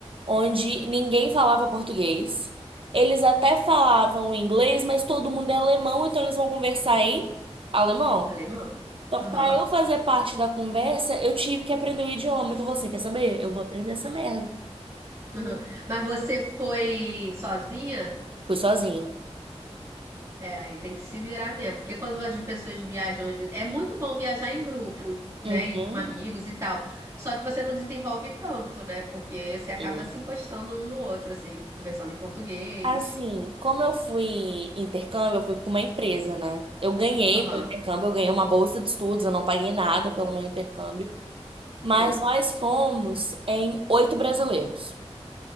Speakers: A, on the right (about 50°); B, on the right (about 25°).
A: onde ninguém falava português. Eles até falavam inglês, mas todo mundo é alemão, então eles vão conversar em alemão.
B: Alemão.
A: Então,
B: Aham.
A: para eu fazer parte da conversa, eu tive que aprender o idioma. Então, você quer saber? Eu vou aprender essa merda.
B: Aham. Mas você foi sozinha?
A: Fui sozinha.
B: É, aí tem que se virar mesmo, porque quando as pessoas viajam, às vezes, é muito bom viajar em grupo, né,
A: Uhum.
B: e com amigos e tal. Só que você não desenvolve tanto, né? Porque você acaba
A: E,
B: se encostando um no outro, assim, conversando em português.
A: assim, como eu fui em intercâmbio, eu fui com uma empresa, né? Eu ganhei
B: Aham,
A: meu intercâmbio, eu ganhei uma bolsa de estudos, eu não paguei nada pelo meu intercâmbio. Mas
B: sei.
A: nós fomos em oito brasileiros.